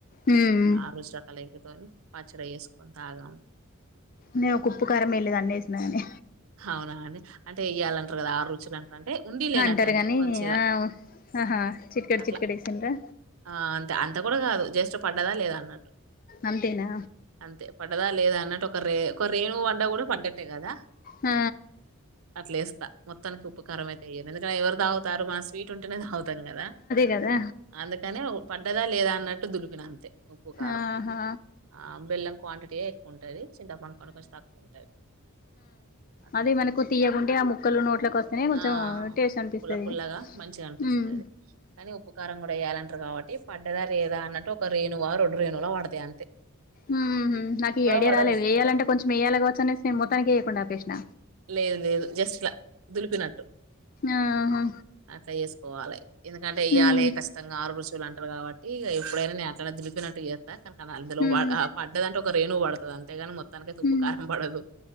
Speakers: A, on the left; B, on the right.
A: హ్మ్
B: ఆరు రుచుల కలయికతోని పచ్చడి చేసుకొని తాగలి
A: నేను ఒక ఉప్పు కారం వేయలేదండి అన్నేసినగాని
B: అవునాండి అంటే ఎయ్యాలంటారు కదా ఆరు రుచులు అంటారు అంటే ఉండి లేనట్టు
A: అంటారు
B: అంతే
A: గాని
B: కొంచిగా
A: ఆ ఆహా చిటికెడు
B: అట్లా
A: చిటికెడు వేసిండ్రా
B: ఆ అంతే అంత కూడా కాదు జస్ట్ పడ్డదా లేదా అన్నట్టు
A: అంతే నా
B: అంతే పడ్డదా లేదా అన్నట్టు ఒక రే ఒక రేణు వడ్డ కూడా పడ్డట్టే కదా
A: హ
B: అట్లే వేస్తా మొత్తానికి ఉప్పుకారం అయితే ఎయ్యను ఎందుకంటే ఎవరు తాగుతారు మన స్వీట్ ఉంటేనే తాగుతాం కదా
A: గదా
B: అందుకనే పడ్డదా లేదా అన్నట్టు దులిపిన అంతే ఉప్పు కారం
A: ఆహా
B: ఆ బెల్లం క్వాంటిటీయే ఎక్కువ ఉంటది చింతపండు కూడ కొంచెం తక్కువ ఉంటది అట్లా
A: అది మనకు తీయగుంటె ఆ ముక్కలు నోట్లలకు వస్తేనే కొంచెం
B: ఆ
A: టేస్ట్ అనిపిస్తది
B: పుల్ల పుల్లగా మంచిగా అనిపిస్తది
A: మ్
B: కానీ ఉప్పుకారం కూడా వేయ్యాలంటారు కాబట్టి పడ్డదా లేదా అన్నట్టు ఒక రేణువా రెండు రేణులా పడతయ్ అం
A: ఉమ్ హు నాకు ఈ ఐడియా
B: పడదు
A: రాలేదు ఎయ్యాలంటే కొంచెం ఎయాలి కావచ్చు అనేసి నేను మొత్తానికి వేయకుండా అపేసిన
B: లేదు లేదు జస్ట్లా దులిపినట్టు
A: ఆహా
B: అట్లా చేసుకోవాలి ఎందుకంటే ఇయ్యాలి
A: హ్మ్
B: కష్టంగా ఆరు రుచువులు అం టరు కాబట్టి ఇగ ఎప్పుడైనా నేన్ అట్లనే దులిపినట్టు చేస్తా కనుక
A: హ్మ్
B: అ పడ్డదాంటే ఒక రేణు పడ తది అంతేగాని మొత్తానికైతే
A: హ్మ్
B: ఉప్పు కారం పడదు